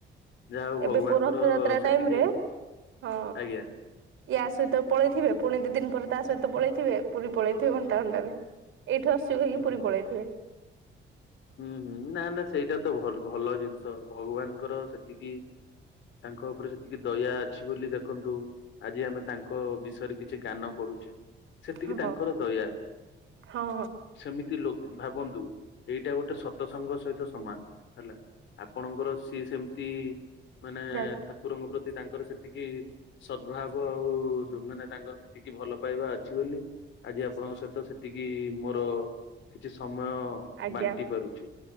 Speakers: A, on the left; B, on the right.
A: ଯାହା ହଉ ଭଗବାନଙ୍କର
B: ଏବେ ପୁଅ ରଥଯାତ୍ରା
A: ସେତିକି
B: ଟାଇମ ରେ ହଁ
A: ଆଜ୍ଞା।
B: ୟା ସହିତ ପଳେଇଥିବେ ପୁଣି ଦି ଦିନ ପରେ ତା ସହିତ ପଳେଇଥିବେ ପୁରୀ ପଳେଇଥିବେ ଘଣ୍ଟା ଘଣ୍ଟାରେ। ଏଇଠୁ ଆସୁଛି କହିକି
A: ହୁଁ
B: ପୁରୀ
A: ହୁଁ
B: ପଳେଇଥିବେ।
A: ହୁଁ ହୁଁ ନା ନା ସେଇଟା ତ ଭଲ ଭଲ ଜିନିଷ ଭଗବାନଙ୍କର ସେତିକି ତାଙ୍କ ଉପରେ ସେତିକି ଦୟା ଅଛି ବୋଲି ଦେଖନ୍ତୁ। ଆଜି ଆମେ ତାଙ୍କ ବିଷୟରେ କିଛି ଜ୍ଞାନ କରୁଛେ। ସେତିକି
B: ହଁ
A: ତାଙ୍କର ଦୟା।
B: ହଁ
A: ସେମିତି ଲ ଭାବନ୍ତୁ ଏଇଟା ଗୋଟେ ସତସଙ୍ଗ ସହିତ ସମାନ ହେଲା ଆପଣଙ୍କର ସିଏ ସେମିତି ମାନେ
B: ଯାଉ
A: ଠାକୁ କୁରଙ୍କ ପ୍ରତି ତାଙ୍କର ସେତିକି ସଦ୍ଭାବ ଆଉ ମାନେ ତାଙ୍କର ସେତିକି ଭଲ ପାଇବା ଅଛି ବୋଲି। ଆଜି ଆପଣଙ୍କ ସହିତ ସେତିକି ମୋର କିଛି ସମୟ ବାଣ୍ଟି
B: ଆଜ୍ଞା
A: ପାରୁଛି।